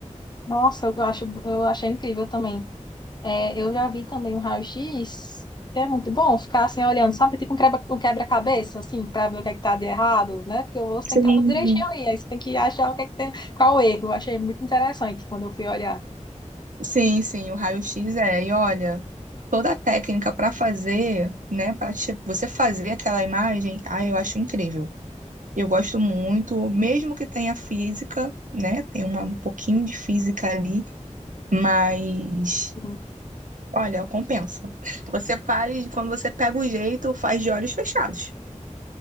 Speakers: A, on the left; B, on the right.
A: Nossa, eu acho, eu achei incrível também. É, eu já vi também um raio-x, que é muito bom ficar assim olhando, sabe? Tipo um quebra, um quebra-cabeça, assim, para ver o que é que tá de errado, né? Porque o osso tem
B: Sim.
A: que estar tudo direitinho ali, aí você tem que achar o que é que tem, qual o erro. Eu achei muito interessante quando eu fui olhar.
B: Sim, sim, o raio-x é. E olha, toda a técnica para fazer, né, para você fazer aquela imagem, ah, eu acho incrível. Eu gosto muito, mesmo que tenha física, né, tem uma, um pouquinho de física ali, mas
A: Hum,
B: olha, compensa. <laughs> Você faz, quando você pega o jeito, faz de olhos fechados.